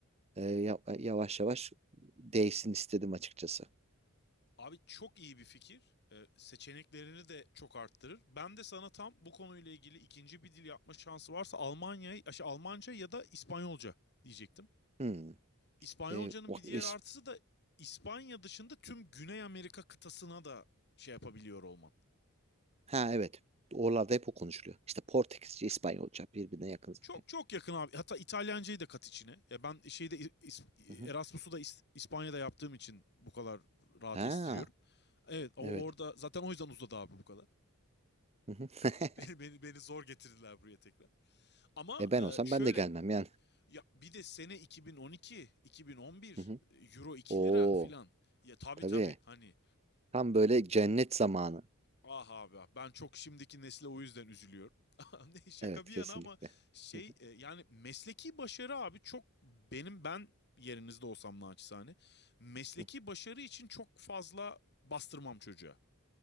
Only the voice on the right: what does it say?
e, ya- yavaş yavaş değişsin istedim açıkçası.
Hmm.
E, bak,
is-
ha evet. Oralarda hep o konuşuluyor. İşte Portekizce, İspanyolca birbirine yakın zaten.
Hı hı.
Ha
evet.
Hı hı. <laughs>
E ben olsam
ben de gelmem yani.
Hı hı.
Oo
tabii.
Tam böyle cennet zamanı.
Evet
kesinlikle.
Hı
hı.